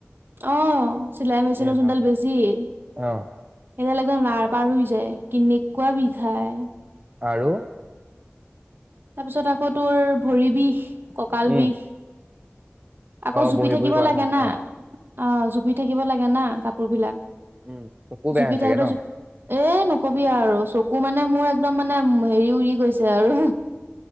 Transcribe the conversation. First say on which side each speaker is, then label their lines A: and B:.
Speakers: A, on the right; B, on the right.
A: অ' চিলাই মেচিনৰ
B: ইয়ে
A: জোনডাল
B: ৰাম।
A: বেজি এডাল
B: অ
A: একদম নাৰ পাৰ হৈ যায় কেনেকুৱা বিষায়
B: আৰু
A: তাৰ পিছত আকৌ তোৰ ভৰি বিষ কঁকাল
B: উম
A: বিষ আকৌ
B: অ
A: জুপি
B: বহি
A: থাকিব
B: বহি কৰা
A: লাগে
B: কামটো
A: না
B: ন
A: অ জুপি থাকিব লাগে না। কাপোৰবিলাক
B: উম চকু বেয়া
A: জুবিন
B: হৈ
A: থাকোঁ‌তে
B: চাগে ন
A: জ এ নকবিয়ে আৰু চক একো মানে মোৰ একদম মানে হেৰি উৰি গৈছে আৰু